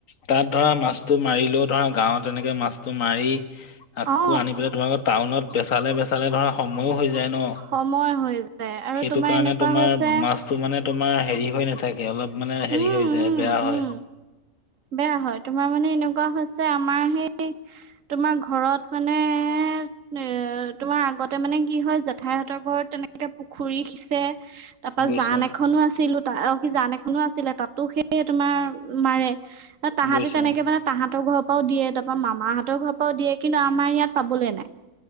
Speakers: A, on the left (about 70°); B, on the right (about 65°).
A: তাত ধৰা মাছটো মাৰিলেও ধৰা গাঁৱত তেনেকে মাছটো মাৰি আকৌ
B: অ
A: আনি পেলাই তোমালোকৰ টাউনত বেচালে -বেচালে ধৰা সময় ঔ হৈ যাই ন'
B: সময় হৈ যায় আৰু
A: হেতু
B: তোমাৰ
A: কাৰণে
B: এনেকুৱা
A: তোমাৰ
B: হৈছে
A: মাছটো মানে তোমাৰ হেৰি হৈ নাথাকে অলপ মানে হেৰি
B: উম
A: হৈ যায়
B: উম
A: বেয়া হয়।
B: উম বেয়া হয় তোমাৰ মানে এনেকুৱা হৈছে আমাৰ সেই <unintelligible> তোমাৰ ঘৰত মানে এ তোমাৰ আগতে মানে কি হয় জেঠাইহঁতৰ ঘৰত তেনেকে পুখুৰী সিঁচে তাৰপা
A: বুজিছো
B: জান এখনো আছিলো সি জান এখনো আছিলে তাতো সেই তোমাৰ মাৰে। তাহাঁতি
A: বুজিছো
B: তেনেকে মানে তাহাঁতৰ ঘৰত ঘ পাও দিয় তাৰপা মামা হতৰ ঘৰ পৰাও দিয়ে কিন্তু আমাৰ ইয়াত পাবলৈ নাই